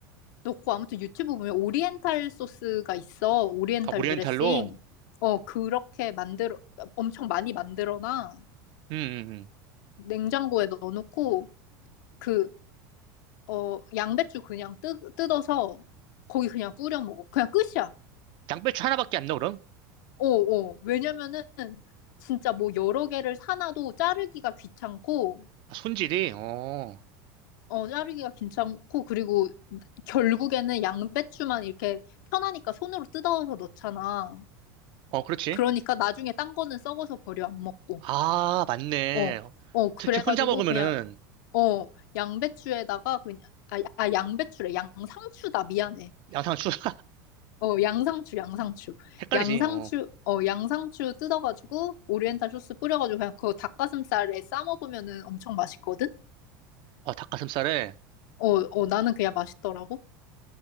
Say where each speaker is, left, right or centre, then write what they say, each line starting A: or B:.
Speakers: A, on the left (about 70°); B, on the right (about 50°).
A: 넣고 아무튼 유튜브 보면 오리엔탈 소스가 있어. 오리엔탈
B: 아, 오리엔탈로.
A: 드레싱. 어, 그렇게 만들어, 엄청 많이 만들어놔.
B: 음, 음, 음.
A: 냉장고에 넣어놓고, 그, 어, 양배추 그냥 뜯, 뜯어서 거기 그냥 뿌려 먹어. 그냥 끝이야.
B: 양배추 하나밖에 안 넣어 그럼?
A: 어, 어. 왜냐면은 진짜 뭐 여러 개를 사놔도 자르기가 귀찮고,
B: 아, 손질이. 어.
A: 어, 자르기가 귀찮고, 그리고 결국에는 양배추만 이렇게 편하니까 손으로 뜯어서 넣잖아.
B: 어, 그렇지.
A: 그러니까 나중에 딴 거는 썩어서 버려 안 먹고.
B: 아, 맞네.
A: 어. 어, 그래가지고
B: 특히 혼자 먹으면은
A: 그냥 어, 양배추에다가 그냥 아, 아 양배추래. 양상추다. 미안해.
B: 양상추 <laughs>
A: 어, 양상추, 양상추.
B: 헷갈리지.
A: 양상추,
B: 어.
A: 어, 양상추 뜯어가지고 오리엔탈 소스 뿌려가지고 그냥 그거 닭가슴살에 싸 먹으면은 엄청 맛있거든.
B: 아, 닭가슴살에.
A: 어, 어, 나는 그냥 맛있더라고.